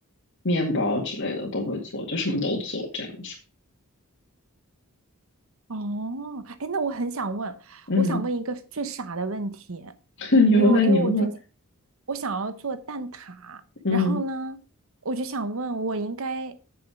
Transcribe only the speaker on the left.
面包之类的都会做，就什么都做这样子。
嗯，
<laughs> 你问你问，
嗯，